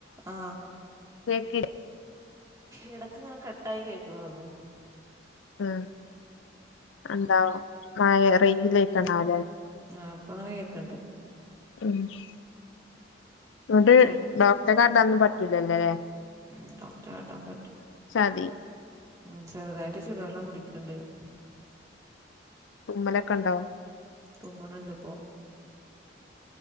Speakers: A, on the right; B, on the left.
A: ആ
B: ലക്കി
A: ഇടക്ക് ഇങ്ങനെ കട്ടായി കേക്കനൊള്ളു
B: ഉം എന്താവും മായെ റൈഞ്ചില്ലൈറ്റാനാവല്ലേ
A: ആ പ്പ ഇങ്ങനെ കേക്കണ്ട്
B: <unintelligible> ന്ന്ട്ട്
A: ന്നിട്ട്
B: ഡോക്ടറെ കാട്ടാനും പ ല്ലലേ
A: ഉം ഡോക്ടറെ കാട്ടാൻ പറ്റും
B: മതി
A: ഉം ചെറുതായിട്ട് ചുടുവെള്ളം കുടിക്ക്ണ്ട് <inaudible>
B: തുമ്മലക്കണ്ടാവൊ
A: തുമ്മ്ണ് ണ്ട് പ്പോ